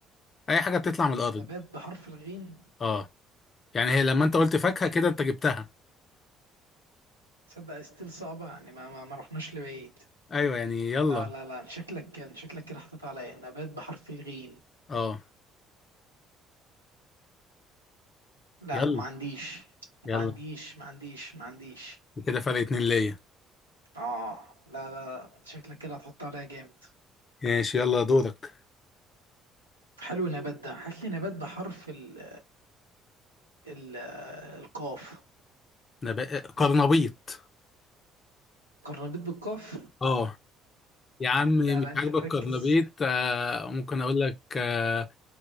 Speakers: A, on the left (about 35°); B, on the right (about 85°).
A: أي حاجة بتطلع من الأرض
B: نبات بحرف الغين
A: اه يعني هي لما أنت قلت فاكهة كده أنت جبتها
B: تصدق ستيل صعبه يعني ما ما ما رحناش لبعيد
A: أيوه يعني يلا
B: لا لا لا شكلك كان شكلك كده حطيت عليا نبات بحرف الغين
A: اه
B: لا
A: يلا
B: ما عنديش
A: يلا
B: ما عنديش ما عنديش ما عنديش
A: كده فرق اتنين ليا
B: اه لا لا لا شكلك كده هتحط عليا جامد
A: ماشي يلا دورك
B: حلو النبات ده هات لي نبات بحرف ال ال القاف
A: انا بقى قرنبيط
B: قرنبيط بالقاف
A: اه يا عم مش
B: لا لا انت
A: عاجبك
B: مركز
A: قرنبيط آه ممكن اقول لك آه